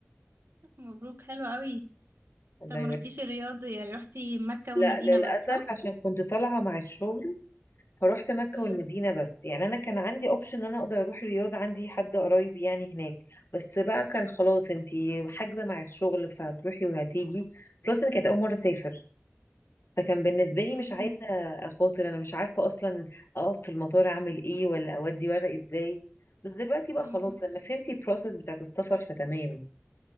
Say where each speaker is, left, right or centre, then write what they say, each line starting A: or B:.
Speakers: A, on the right; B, on the left.
A: طب مبروك حلو قوي
B: الله
A: طب ما
B: يبارك
A: رحتيش الرياض يعني رحتي مكه
B: لا
A: والمدينه
B: للأسف
A: بس صح
B: عشان كنت طالعة مع الشغل فروحت مكة
A: امم
B: والمدينة بس يعني أنا كان عندي أوبشن إن أنا أقدر أروح الرياض عندي حد قرايب يعني هناك بس بقى كان خلاص أنتي حاجزة مع الشغل فهتروحي وهتيجي بلس إن كانت أول مرة أسافر فكان بالنسبة لي
A: اوكي
B: مش عايزة أخاطر أنا مش عارفة أصلا أقف في المطار أعمل إيه ولا أودي ورق إزاي بس دلوقتي بقى
A: امم
B: خلاص لما فهمت البروسيس بتاعت السفر فتمام